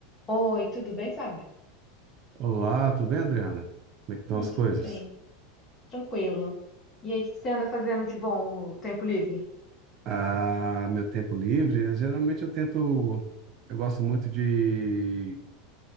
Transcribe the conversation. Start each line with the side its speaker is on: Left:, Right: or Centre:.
Left: Oi, tudo bem, Fábio?
Right: Olá, tudo bem, Adriana? Como é que estão
Left: Ah,
Right: as
Left: tudo
Right: coisas?
Left: bem, tranquilo. E aí, o que que você anda fazendo de bom no tempo livre?
Right: Ah, meu tempo livre, eh, geralmente eu tento, eu gosto muito de